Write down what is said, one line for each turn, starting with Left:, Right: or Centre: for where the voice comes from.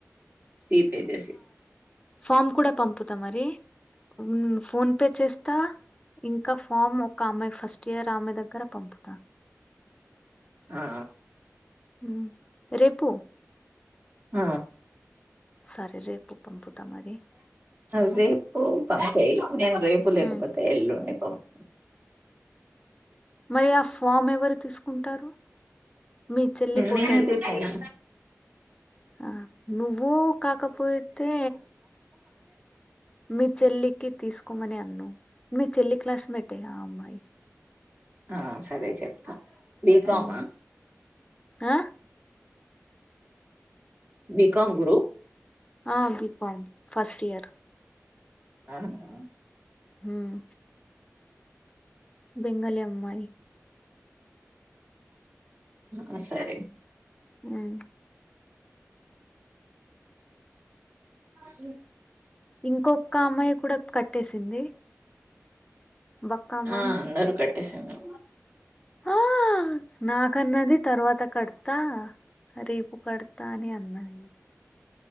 Right: ఫీ పేజేసి
Left: ఫామ్ కూడా పంపుతా మరి మ్మ్ ఫోన్ పే చేస్తా ఇంకా ఫామ్ ఒక అమ్మాయి ఫస్ట్ ఇయర్ ఆమె దగ్ గర పంపుత
Right: ఆ
Left: మ్మ్ రేపు
Right: ఆ
Left: సరే రేపు పంపు ట మరి
Right: అ రేపు పంచయి నేను రేపు లేకపోతే
Left: హ్మ్.
Right: ఎల్లుండి పంప్
Left: మరి ఆ ఫామ్ ఎవర్ రు తీసుకుంటారు మీ చెల్లి పోతారు
Right: నేనే తీస్తాను
Left: ఆ నువ్వు కాకపోతే మీ చెల్లికి తీసుకోమని అని మీ చెల్లి క్లాస్మేటేనా ఆ అమ్మాయి
Right: ఆ సరే చెప్తా బీకామ
Left: ఉమ్ ఆ
Right: బీ కామ్ గురు
Left: ఆ బి కామ్ ఫస్ట్ ఇయర్
Right: అవునా
Left: హ్మ్మ్ బెంగలీ అమ్మాయి
Right: ఆ సరే
Left: ఉమ్
Right: మ్మ్
Left: ఇంకొక అమ్మాయి కూడా కట్టేసింది బక్క అమ్మాయి
Right: ఆ అందరూ కట్టేసిండు
Left: ఆ నాకన్నది తర్వాత కడతా రేపు కడతా అని అన్నది